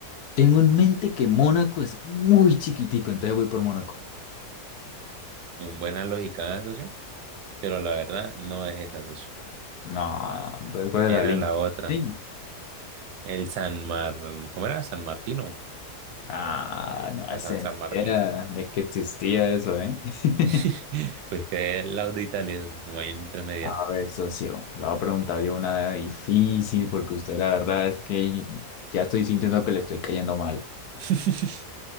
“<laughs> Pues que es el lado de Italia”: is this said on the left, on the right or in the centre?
Right